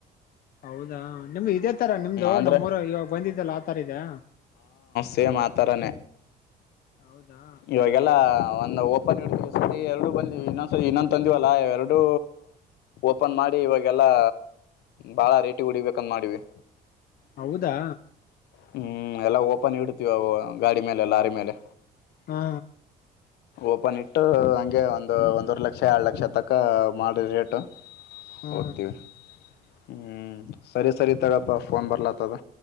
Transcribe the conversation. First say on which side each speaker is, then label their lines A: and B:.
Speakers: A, on the left; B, on the left.
A: ಹೌದಾ ನಿಮ್ ಇದೇ ತರ ನಿಮ್ದು
B: ಅಂದ್ರೆ
A: ನಮ್ಮ್ ಊರ ಇವಾಗ ಬಂದಿದ್ದಲ್ಲ ಆತರ ಇದೆ
B: ಷ್ಟೇ ಮಾತರನ
A: ಹೌದಾ
B: ಇವಾಗೆಲ್ಲ ಒಂದು ಓಪನ್ ಇಡ್ವಿ ಸ ಎರಡು ಬಂದವಿ ಇನ್ನೊಂದ್ಸರಿ ಇನ್ನೊಂದು ತಂದಿವವಲ್ಲ ಎರಡು ಓಪನ್ ಮಾಡಿ ಇವಾಗೆಲ್ಲಾ ಬಾಳ ರೇಟಿ ಹೊಡಿಬೇಕಂದ ಮಾಡಿವಿ
A: ಹೌದಾ
B: ಹ್ಮ್ ಎಲ್ಲಾ ಓಪನ್ ಇಡ್ತಿವಿ ಅವು ಗಾಡಿ ಮೇಲೆ ಲಾರಿ ಮೇಲೆ
A: ಹಾ
B: ಓಪನ್ ಇಟ್ಟು ಹಂಗೆ ಒಂದು ಒಂದೂವರ್ ಲಕ್ಷ ಎರಳ್ ಲಕ್ಷ ತಕ್ಕ ಮಾಡ್ರ ರೇಟ್
A: ಹಾ ಹಾ
B: ಹೋಗ್ತೀನಿ ಹ್ಮ್ ಸರಿ ಸರಿತಡಪ್ಪ ಫೋನ್ ಬರ್ಲಾತ್ತದ